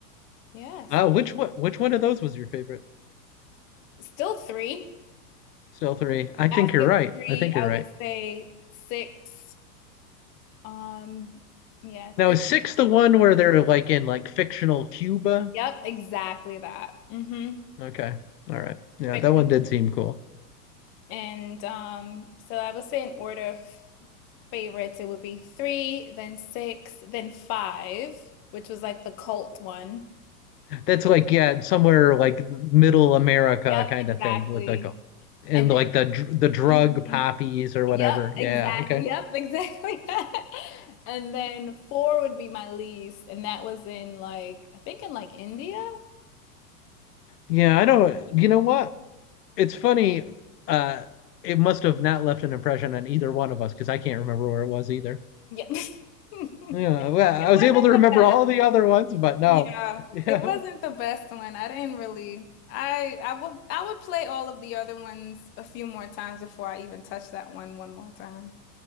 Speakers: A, on the left (about 25°); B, on the left (about 75°).
A: Yeah, so
B: Uh which one which one of those was your favorite?
A: still three.
B: Still three. I think
A: After
B: you're right.
A: three,
B: I think
A: I
B: you're right.
A: would say six. Um yeah,
B: Now
A: three.
B: is six the one where they're like in like fictional Cuba?
A: Yep, exactly that. Mm-hmm.
B: Okay. All right. Yeah,
A: Fiction.
B: that one did seem cool.
A: And um, so I would say in order of favorites, it would be three, then six, then five, which was like the cult one.
B: That's like yeah, somewhere like middle America
A: Yep,
B: kind
A: exactly.
B: of thing with like a, and
A: And
B: like
A: then,
B: the dr- the drug
A: Mhm.
B: poppies or whatever.
A: Yep,
B: Yeah,
A: exactly.
B: okay.
A: Yep, exactly. <laughs> And then four would be my least, and that was in like I think in like India.
B: Yeah, I don't you know what? It's funny uh it must have not left an impression on either one of us because I can't remember where it was either.
A: Yep. <laughs>
B: Yeah, well,
A: It
B: I was
A: wasn't
B: able to
A: the
B: remember
A: best.
B: all the other ones, but no.
A: Yeah,
B: <laughs> Yeah.
A: it wasn't the best one. I didn't really. I I would I would play all of the other ones a few more times before I even touch that one one more time.